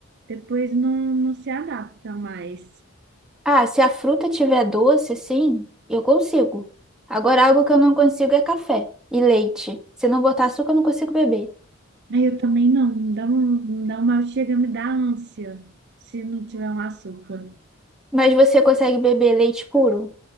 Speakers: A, on the right; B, in the centre.
A: depois não, não se adapta mais.
B: Ah, se a fruta tiver doce, sim, eu consigo. Agora, algo que eu não consigo é café e leite. Se não botar açúcar, eu não consigo beber.
A: Aí eu também não, me dá, um, me dá uma, chega a me dar ânsia se não tiver um açúcar.
B: Mas você consegue beber leite puro?